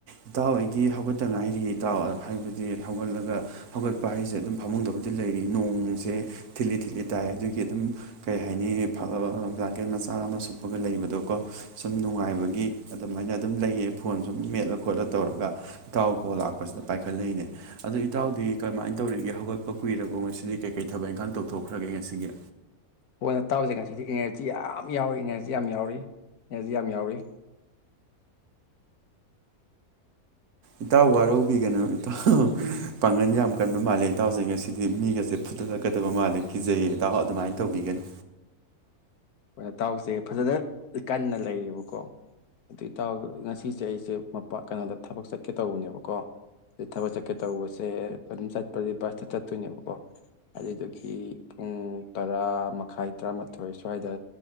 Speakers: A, on the right; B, on the left.
A: ꯏꯇꯥꯎ ꯑꯩꯗꯤ ꯍꯧꯒꯠꯇ ꯉꯥꯏꯔꯤꯔꯦ ꯏꯇꯥꯎ ꯍꯥꯏꯕꯗꯤ ꯍꯧꯒꯠꯂꯒ ꯍꯧꯒꯠꯄ ꯍꯥꯏꯁꯦ ꯑꯗꯨꯝ ꯐꯃꯨꯡꯗꯕꯨꯗꯤ ꯂꯩꯔꯤ ꯅꯣꯡꯁꯦ ꯊꯤꯠꯂꯤ ꯊꯤꯠꯂꯤ ꯇꯥꯏ ꯑꯗꯨꯒꯤ ꯑꯗꯨꯝ ꯀꯩ ꯍꯥꯏꯅꯤ ꯐꯕ ꯕ꯭ꯂꯥꯟꯀꯦꯠ ꯃꯆꯥ ꯑꯃ ꯁꯨꯞꯄꯒ ꯂꯩꯕꯗꯣꯀꯣ ꯁꯨꯝ ꯅꯨꯡꯉꯥꯏꯕꯒꯤ ꯑꯗꯨꯃꯥꯏꯅ ꯑꯗꯨꯝ ꯂꯩꯌꯦ ꯐꯣꯟ ꯁꯨꯝ ꯃꯦꯠꯂ ꯈꯣꯠꯂ ꯇꯧꯔꯒ ꯏꯇꯥꯎ ꯀꯣꯜ ꯂꯥꯛꯄꯁꯤꯗ ꯄꯥꯏꯈꯠꯂꯛꯏꯅꯦ ꯑꯗꯣ ꯏꯇꯥꯎꯗꯤ ꯀꯃꯥꯏꯅ ꯇꯧꯔꯤꯒꯦ ꯍꯧꯒꯠꯄ ꯀꯨꯏꯔꯕꯣ ꯉꯁꯤꯗꯤ ꯀꯩꯀꯩ ꯊꯕꯛ ꯏꯪꯈꯥꯡ ꯇꯧꯊꯣꯛꯈ꯭ꯔꯒꯦ ꯉꯁꯤꯒꯤ
B: ꯐꯣꯟꯗ ꯇꯥꯎꯁ ꯉꯁꯤꯗꯤ ꯏꯅꯔꯖꯤ ꯌꯥꯝ ꯌꯥꯎꯔꯤ ꯏꯅꯔꯖꯤ ꯌꯥꯝ ꯌꯥꯎꯔꯤ ꯏꯅꯔꯖꯤ ꯌꯥꯝ ꯌꯥꯎꯔꯤ
A: ꯏꯇꯥꯎ ꯋꯥꯔꯧꯕꯤꯒꯅꯨ ꯏꯇꯥꯎ ꯄꯥꯡꯒꯟ ꯌꯥꯝ ꯀꯟꯕ ꯃꯥꯜꯂꯦ ꯏꯇꯥꯎꯁꯦ ꯉꯁꯤꯗꯤ ꯃꯤꯒꯁꯦ ꯐꯨꯗꯠꯂꯛꯀꯗꯕ ꯃꯥꯜꯂꯦ ꯀꯤꯖꯩꯑꯦ ꯏꯇꯥꯎ ꯑꯗꯨꯃꯥꯏꯅ ꯇꯧꯕꯤꯒꯅꯨ
B: ꯑꯩꯈꯣꯏ ꯇꯥꯎꯁꯦ ꯐꯖꯅ ꯀꯟꯅ ꯂꯩꯌꯦꯕꯀꯣ ꯑꯗꯣ ꯏꯇꯥꯎ ꯉꯁꯤꯁꯦ ꯑꯩꯁꯦ ꯃꯄꯥꯥ ꯀꯩꯅꯣꯗ ꯊꯕꯛ ꯆꯠꯀꯦ ꯇꯧꯕꯅꯦꯕꯀꯣ ꯑꯗꯩ ꯊꯕꯛ ꯆꯠꯀꯦ ꯇꯧꯕꯁꯦ ꯑꯗꯨꯝ ꯆꯠꯄꯗꯤ ꯕꯁꯇ ꯆꯠꯇꯣꯏꯅꯦꯕꯀꯣ ꯑꯗꯨꯗꯨꯏꯒꯤ ꯄꯨꯡ ꯇꯔꯥ ꯃꯈꯥꯏ ꯇꯔꯥꯃꯥꯊꯣꯏ ꯁ꯭ꯋꯥꯏꯗ